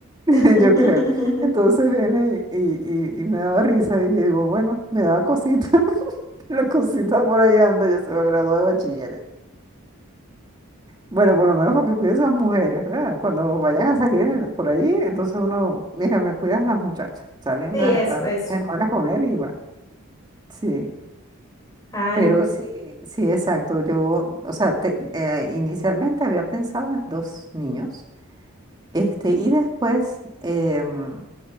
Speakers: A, on the right; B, on the left.
A: <laughs>
B: <laughs>
A: Yo creo. Entonces viene y, y- y- y me daba risa y yo digo, bueno, me daba cosita. <laughs> La cosita por ahí anda, ya se va a graduar de bachiller. Bueno, por lo menos porque cuides a esas mujeres, ¿verdad? Cuando vayan a salir en- por ahí, entonces uno, mira, me cuidas las muchachas. Salen
B: Sí,
A: las,
B: eso,
A: las
B: eso.
A: hermanas con él y bueno, sí.
B: Ah,
A: Pero
B: no.
A: sí, sí, exacto. Yo, o sea, te- eh, inicialmente había pensado en dos niños, este, y después, em,